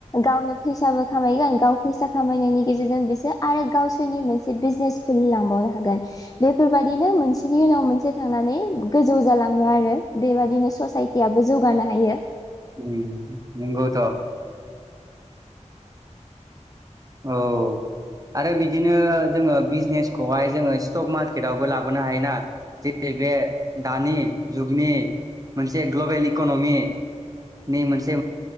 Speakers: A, on the left; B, on the right.
A: गावनो फैसाबो खामायगोन गाव फैसा खामायनायनि गेजेरजों बिसोर आरो गावसोरनि मोनसे बिजनेस खुलिलांबावनो हागोन। बेफोरबायदिनो मोनसेनि उनाव मोनसे थांनानै माने गोजौ जालाङो आरो बेबादिनो ससाइटियाबो जौगानो हायो।
B: उम नंगौथ'। औ। आरो बिदिनो जोङो बिजनेसखौहाय जोङो स्टक मार्केटआवबो लाबोनो हायोना, जेरै <unintelligible> दानि जुगनि मोनसे ग्लबेल इकनमि नि मोनसे